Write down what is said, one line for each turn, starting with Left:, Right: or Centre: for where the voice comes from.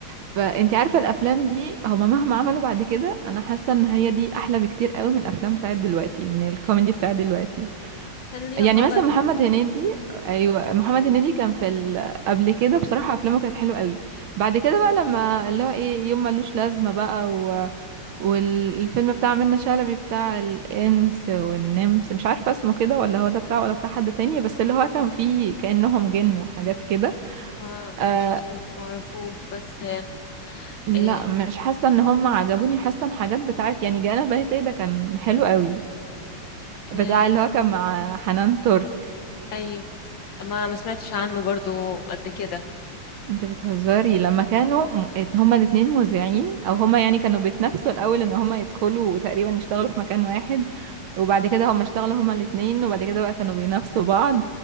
Right: فانتي عارفة الافلام دي هما مهما عملوا بعد كده انا حاسة ان هي دي احلى بكتير قوي من الافلام بتاعت دلوقتي من الكوميدي بتاعت دلوقتي
Left: كان ليها
Right: يعني
Left: طابع
Right: مثلا
Left: م...
Right: محمد هنيدي ايوه محمد هنيدي كان في ال... قبل كده بصراحه افلامه كانت حلوه قوي بعد كده بقى لما اللي هو ايه يوم ملوش لازمه بقى و... والفيلم بتاع منة شلبي بتاع الانس والنمس مش عارفه اسمه كده ولا هو ده بتاعه ولا بتاع حد تاني بس اللي هو كان فيه كانهم جن وحاجات كده
Left: آه
Right: آه
Left: ما شفتوش ما اعرفوش بس آه
Right: لا
Left: آه
Right: مش حاسه ان هم عجبوني حاسه ان حاجات بتاعت يعني جانا البيت ده كان حلو قوي بتاع
Left: آه
Right: اللي هو كان مع حنان ترك
Left: ايوه ما ما سمعتش عنه برضو قد كده
Right: انت بتهزري لما كانوا م- ات- هما الاتنين مذيعين او هما يعني كانوا بيتنافسوا الاول ان هما يدخلوا وتقريبا يشتغلوا في مكان واحد وبعد كده هما اشتغلوا هما الاتنين وبعد كده بقى كانوا بينافسوا بعض